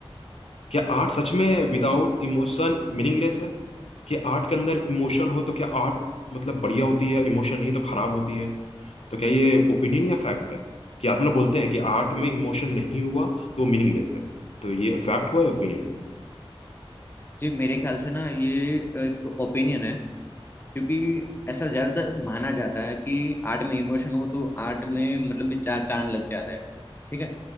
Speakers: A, on the left; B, on the left.
A: क्या आर्ट सच में विदाउट इमोशन मीनिंगलेस है कि आर्ट के अंदर इमोशन हो तो क्या आर्ट मतलब बढ़िया होती है इमोशन नहीं तो खराब होती है तो क्या ये ओपिनियन या फैक्ट है कि आप लोग बोलते हैं कि आर्ट
B: जी
A: में इमोशन नहीं हुआ तो मीनिंगलेस है तो ये फैक्ट हुआ या ओपिनियन हुआ
B: जी मेरे ख्याल से ना ये एक ओपिनियन है क्योंकि ऐसा ज्यादातर माना जाता है कि आर्ट में इमोशन हो तो आर्ट में मतलब में चार चांद लग जाता है ठीक है